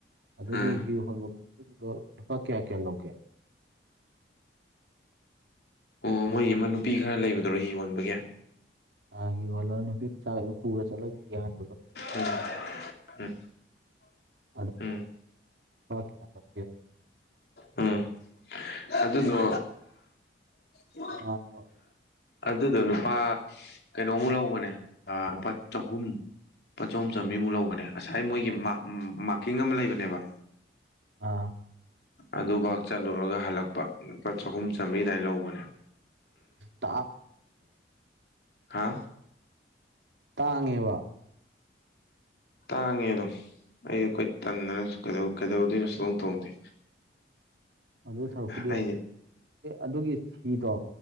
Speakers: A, on the right; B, on the left.
A: ꯑꯗꯨꯒꯤ
B: ꯑꯥ
A: ꯍꯤ ꯍꯣꯟꯕ ꯀꯥꯡꯁꯤꯡꯗꯣ ꯂꯨꯄꯥ ꯀꯌꯥ ꯀꯌꯥ ꯂꯧꯒꯦ
B: ꯑꯣ ꯃꯣꯏ ꯑꯃ ꯅꯨꯄꯤ ꯈꯔ ꯂꯩꯕꯗꯨꯔꯣ ꯍꯤ ꯌꯣꯟꯕꯒꯦ
A: ꯑ ꯍꯒꯜ ꯅꯕꯤ ꯆ ꯄꯨꯔ ꯆꯠꯂꯒ ꯌꯥ꯭ꯍꯟ
B: ꯎꯝ ꯎꯝ
A: ꯑꯗꯨ
B: ꯎꯝ
A: ꯑꯣꯀꯦ
B: ꯎꯝ ꯑꯗꯨꯗꯣ ꯎꯝ
A: ꯑ
B: ꯑꯗꯨꯗꯣ ꯂꯨꯄꯥ ꯀꯩꯅꯣꯃꯨꯛ ꯂꯧꯕꯅꯦ ꯂꯨꯄꯥ ꯆꯍꯨꯝ꯫ ꯄ ꯆꯍꯨꯝ ꯆꯥꯝꯔꯤꯃꯨꯛ ꯂꯧꯕꯅꯦ ꯉꯁꯥꯏ ꯃꯣꯏꯒꯤ ꯃꯥ- ꯃꯥꯔꯀꯤꯡ ꯑꯃ ꯂꯩꯕꯅꯦꯕ
A: ꯑꯥ
B: ꯑꯗꯨꯚ ꯆꯠꯂꯨꯔꯒ ꯍꯜꯂꯛꯄ ꯂꯨꯄꯥ ꯆꯍꯨꯝ ꯆꯥꯝꯔꯤꯗꯥꯏ ꯂꯧꯕꯅꯤ꯫
A: ꯇꯗ
B: ꯍꯥ
A: ꯇꯥꯡꯉꯦꯕ꯫
B: ꯇꯥꯡꯉꯦ ꯑꯗꯨꯝ ꯑꯩ ꯑꯩꯈꯣꯏ ꯇꯟꯗꯅꯩ ꯀꯩꯗꯧ-ꯀꯩꯗꯧꯗꯣꯏꯅꯁꯨ ꯑꯗꯨꯝ ꯇꯣꯡꯗꯦ꯫
A: <inaudible> ꯑꯗꯨ ꯁꯔꯨꯛꯄꯨꯗꯤ
B: ꯑꯩ
A: ꯑꯗꯨꯒꯤ ꯍꯤꯗꯣ